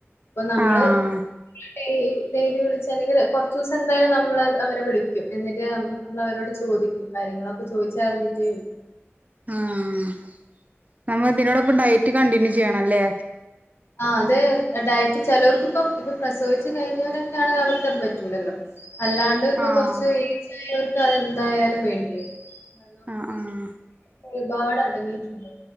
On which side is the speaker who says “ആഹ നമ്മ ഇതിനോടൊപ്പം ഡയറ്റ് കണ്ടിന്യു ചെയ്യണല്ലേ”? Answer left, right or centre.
Right